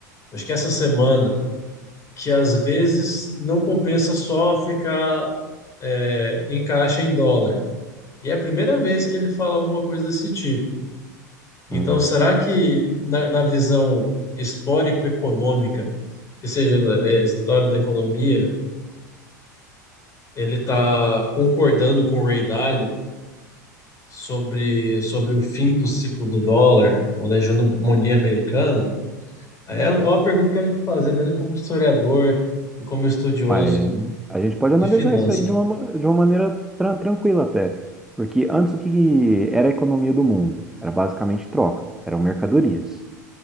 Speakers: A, on the left; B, in the centre.
A: acho que essa semana, que às vezes não compensa só ficar é, encaixa em dólar. E é a primeira vez que ele fala alguma coisa desse tipo. Então,
B: Uhum.
A: será que na, na visão histórico-econômica, que seja é, história da economia, ele está concordando com o Ray Dalio sobre, sobre o fim do ciclo do dólar ou da hegemonia americana? É é uma pergunta que eu quero te fazer, mesmo como historiador e como estudioso
B: Mas a gente pode analisar
A: de finanças.
B: isso aí de uma, ma- de uma maneira tran- tranquila até. Porque antes o que era a economia do mundo? Era basicamente troca, eram mercadorias.